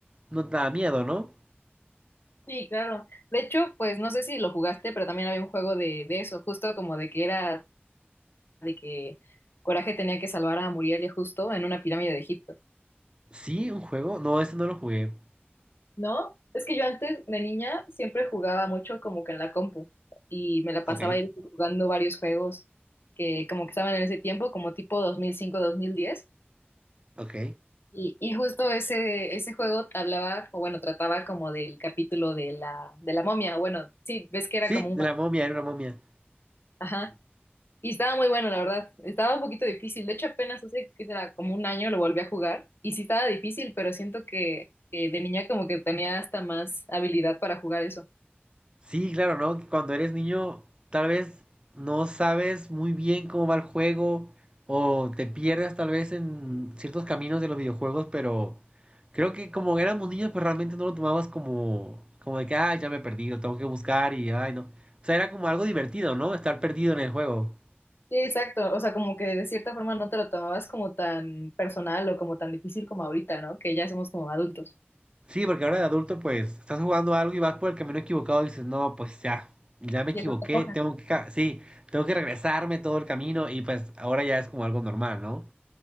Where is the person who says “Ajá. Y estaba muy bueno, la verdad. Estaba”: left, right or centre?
Left